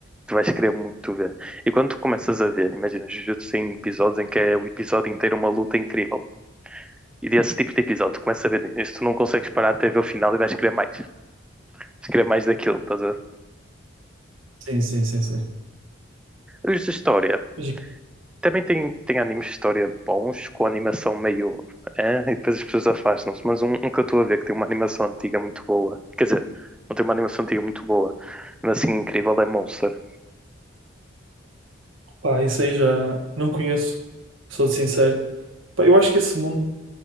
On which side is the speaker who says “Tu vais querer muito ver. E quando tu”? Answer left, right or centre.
Centre